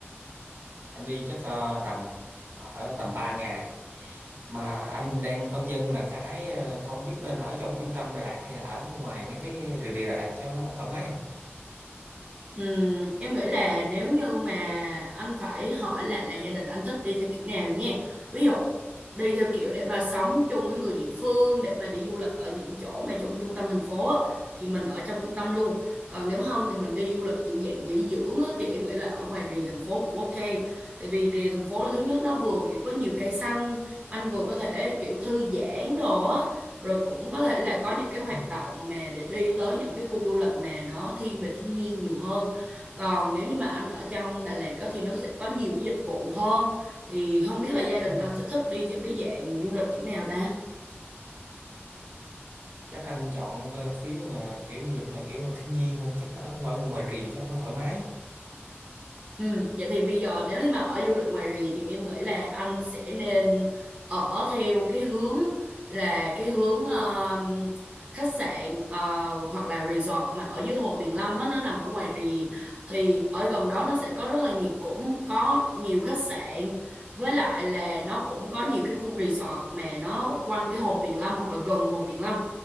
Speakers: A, on the right; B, on the right.
A: Anh đi chắc ờ, tầm ở tầm 3 ngày. Mà anh đang phân vân là cái ờ, không biết nên ở trong trung tâm Đà Lạt hay là ở ngoài mấy cái rìa rìa Đà Lạt cho nó thoải mái em.
B: Ừm, em nghĩ là nếu như mà anh phải hỏi lại là gia đình anh thích đi theo kiểu nào nha. Ví dụ đi theo kiểu để mà sống chung với người địa phương, để mà đi du lịch ở những chỗ mà trong trung tâm thành phố á, thì mình ở trong trung tâm luôn. Còn nếu không thì mình đi du lịch kiểu dạng nghỉ dưỡng á, thì em nghĩ là ở ngoài rìa thành phố cũng ok. Tại vì rìa thành phố là thứ nhất nó vừa kiểu có nhiều cây xanh, anh vừa có thể kiểu thư giãn đồ á rồi cũng có thể là có những cái
A: Ừ.
B: hoạt động mà để đi tới những cái khu du lịch mà nó thiên về thiên nhiên nhiều hơn còn nếu như mà anh ở trong Đà Lạt á, thì nó sẽ có nhiều cái dịch vụ hơn thì không biết là gia đình
A: Ừ.
B: anh sẽ thích đi theo cái dạng du lịch kiểu nào ta
A: Chắc anh chọn ờ, phía mà kiểu du lịch mà kiểu thiên nhiên hơn, chắc ở ngoài ngoài rìa cho nó thoải mái.
B: Ừ, vậy thì bây giờ nếu như mà ở du lịch ngoài rì thì em nghĩ là anh sẽ nên ở theo cái hướng là cái hướng um, khách sạn ờ, hoặc là resort mà ở dưới Hồ Tuyền Lâm á, nó nằm ở ngoài rì thì ở gần đó nó sẽ có rất là nhiều cũng có nhiều khách sạn với lại là nó cũng có nhiều cái khu resort mà nó quanh cái Hồ Tuyền Lâm hoặc là gần Hồ Tuyền Lâm